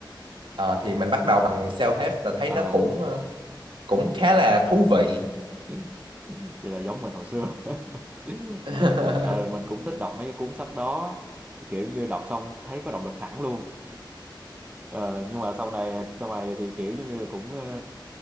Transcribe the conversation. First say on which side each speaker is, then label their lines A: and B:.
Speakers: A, on the right; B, on the right.
A: Ờ,
B: Ồ.
A: thì mình bắt đầu bằng self-help và thấy
B: À,
A: nó cũng ờ, cũng khá là thú vị
B: <laughs> vậy là giống mình hồi xưa. <laughs>
A: <laughs>
B: Mình cũng ờ, mình cũng thích đọc mấy cái cuốn sách đó. Kiểu như đọc xong thấy có động lực hẳn luôn. Ờ, nhưng mà sau này sau này thì kiểu giống như là cũng ờ,